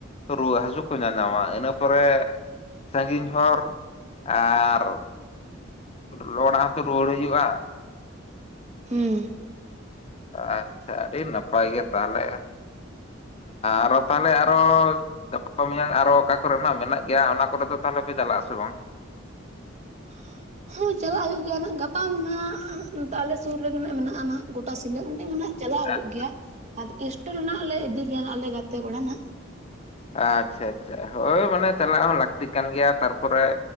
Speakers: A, on the left; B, on the right.
A: ᱨᱩᱣᱟᱹᱜ ᱦᱟᱹᱥᱩᱜ ᱠᱚ ᱧᱟ-ᱧᱟᱢᱟ ᱤᱱᱟᱹ ᱯᱚᱨᱮ ᱥᱟᱺᱜᱤᱧ ᱦᱚᱨ ᱟᱨ ᱦᱚᱸᱛᱚ ᱨᱩᱣᱟᱹᱲ ᱦᱩᱭᱩᱜᱩᱜᱼᱟ
B: ᱦᱮᱸ
A: ᱟᱪᱪᱷᱟ ᱟᱹᱰᱤ ᱱᱟᱯᱟᱭ ᱜᱮ ᱛᱟᱦᱚᱞᱮ ᱟᱨᱚ ᱛᱟᱦᱚᱞᱮ ᱟᱨᱚ ᱜᱟᱯᱟ ᱢᱮᱭᱟᱝ ᱟᱨᱚ ᱚᱠᱟ ᱠᱚᱨᱮᱱᱟᱜ ᱢᱮᱱᱟᱜ ᱜᱮᱭᱟ ᱚᱱᱟ ᱠᱚᱨᱮ ᱫᱚ ᱛᱟᱦᱚᱞᱮ ᱯᱮ ᱪᱟᱞᱟᱜ ᱟᱥᱮ ᱵᱟᱝ?
B: <inaudible> ᱦᱚᱸ ᱪᱟᱞᱟᱜ ᱦᱩᱭᱩᱜ ᱜᱮᱭᱟ ᱱᱟᱦᱟᱜ ᱜᱟᱯᱟ ᱢᱟ ᱱᱟᱦᱟᱜ ᱱᱚᱛᱮ ᱟᱞᱮ ᱥᱩᱨ ᱨᱮᱜᱮ ᱱᱟᱜ ᱢᱮᱱᱟᱜᱼᱟ ᱱᱟᱦᱟᱜ ᱜᱚᱴᱟ ᱥᱤᱞᱟᱹ ᱚᱸᱰᱮ ᱢᱮᱱᱟᱦᱟᱜ ᱪᱟᱞᱟᱜ ᱦᱩᱭᱩᱜ
A: ᱟᱪᱪᱷᱟ
B: ᱜᱮᱭᱟ ᱟᱨ ᱮᱴᱮᱞ ᱞᱮ ᱤᱫᱤ ᱜᱮᱭᱟ ᱟᱞᱮ ᱜᱟᱛᱮ ᱠᱚᱲᱟ ᱱᱟᱜ
A: ᱟᱪᱪᱷᱟ ᱟᱪᱪᱷᱟ ᱦᱳᱭ ᱢᱟᱱᱮ ᱪᱟᱞᱟᱜ ᱦᱚᱸ ᱞᱟᱹᱠᱛᱤ ᱠᱟᱱ ᱜᱮᱭᱟ ᱛᱟᱨᱯᱚᱨᱮ